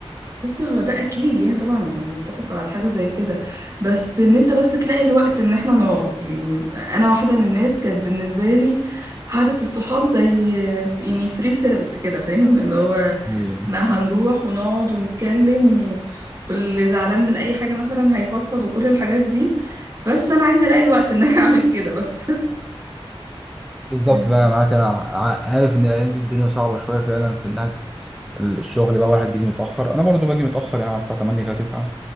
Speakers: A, on the right (about 30°); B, in the centre.
A: بص هو ده اكيد يعني طبعا انا متفقه على حاجه زي كده بس ان انت بس تلاقي الوقت ان احنا نقعد يعني انا واحده من الناس كانت بالنسبه لي قعده الصحاب زي يعني فري سيرابست كده فاهم اللي هو
B: ايوه
A: احنا هنروح ونقعد ونتكلم و... واللي زعلان من اي حاجه مثلا هيفضفض وكل الحاجات دي بس انا عايزه الاقي الوقت <laughs> ان انا اعمل كده بس <laughs>
B: بالظبط
A: أيوة.
B: بقى انا معاك انا ع- عارف ان الايام دي الدنيا صعبه شويه فعلا في انها الشغل بقى واحد بيجي متاخر انا برضو باجي متاخر يعني على الساعه 8 كده 9